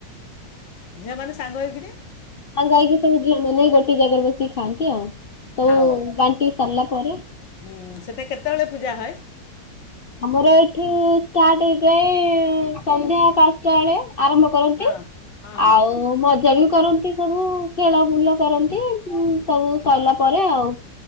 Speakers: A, on the left; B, on the left.
A: ଝିଅମାନେ ସାଙ୍ଗ ହେଇକିରି
B: ସାଙ୍ଗ ହେଇକି ସବୁ ଝିଅ ମାନେ ଗୋ ଟେ ଜାଗାରେ ବସିକି ଖାଆନ୍ତି ଆଉ। ସବୁ
A: ଖାଅ
B: ବାଣ୍ଟିି ସାରିଲା ପରେ
A: ହୁଁ, ସେଟା କେତେବେଳେ ପୂଜା ହଏ?
B: ଆମର ଏଠି ଷ୍ଟାର୍ଟ ହେଇଯାଏ ସନ୍ଧ୍ୟା ପାଞ୍ଚଟା ବେଳେ ଆରମ୍ଭ କରନ୍ତି
A: ହଁ ହଁ ହଁ
B: ଆଉ ମଜା ବି କରନ୍ତି। ସବୁ ଖେଳ ବୁଲ କରନ୍ତି ଏମ୍ ସବୁ ସରିଲା ପରେ ଆଉ।